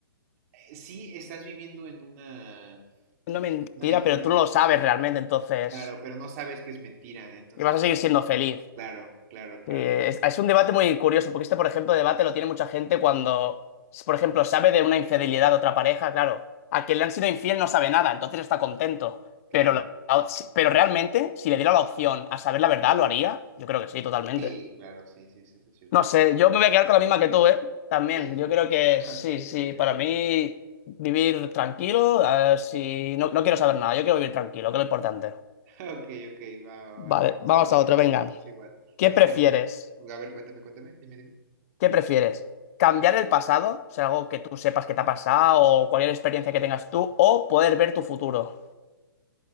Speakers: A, on the right; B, on the left.
A: eh, sí estás viviendo en una,
B: no mentira,
A: una mentira,
B: pero tú no lo sabes realmente, entonces...
A: claro, pero no sabes que es mentira, entonces,
B: Y vas a seguir siendo feliz.
A: claro, claro, claro,
B: Eh,
A: claro.
B: es, es un debate muy curioso, porque este, por ejemplo, debate lo tiene mucha gente cuando, por ejemplo, sabe de una infidelidad de otra pareja, claro, a quien le han sido infiel no sabe nada, entonces está contento.
A: claro.
B: Pero, la- la op- si- pero realmente, si le diera la opción a saber la verdad, ¿lo haría? Yo creo que sí, totalmente.
A: Sí, claro, sí, sí, sí, eso es cierto.
B: No sé, yo me voy a quedar con la misma que tú, ¿eh? También,
A: ¿Sí?
B: yo creo que sí,
A: Ok, ok,
B: sí, para
A: ok.
B: mí vivir tranquilo, eh, si no, no quiero saber nada, yo quiero vivir tranquilo, que es lo importante.
A: <laughs> Ok, ok, va, va,
B: Vale,
A: va. Sí,
B: vamos
A: sí, sí,
B: a otro,
A: es
B: venga.
A: igual, es igual.
B: ¿Qué
A: Pues
B: prefieres?
A: mira, a ver, cuéntame, cuéntame, dime, dime.
B: ¿Qué prefieres? ¿Cambiar el pasado? O sea, algo que tú sepas que te ha pasado o cualquier experiencia que tengas tú, o poder ver tu futuro.